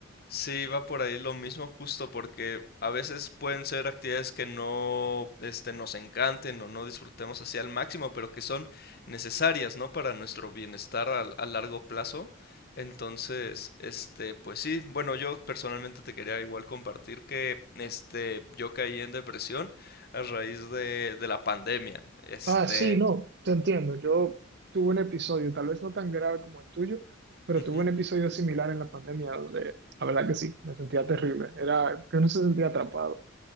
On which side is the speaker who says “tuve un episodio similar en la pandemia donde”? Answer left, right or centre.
Right